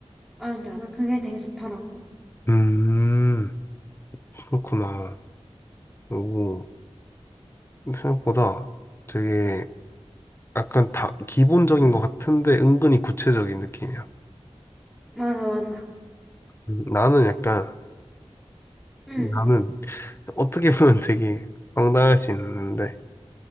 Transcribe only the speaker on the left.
음, 그렇구나. 오, 생각보다 되게 약간 다 기본적인 것 같은데 은근히 구체적인 느낌이야.
음, 나는 약간,
나는 어떻게 보면 되게 황당할 수 있는데